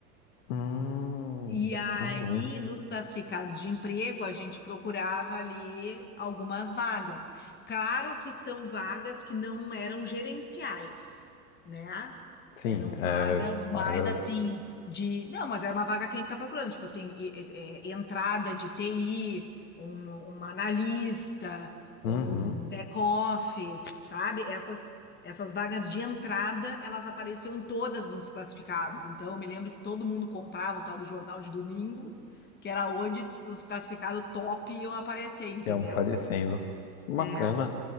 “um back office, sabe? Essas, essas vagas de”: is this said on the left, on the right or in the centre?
Left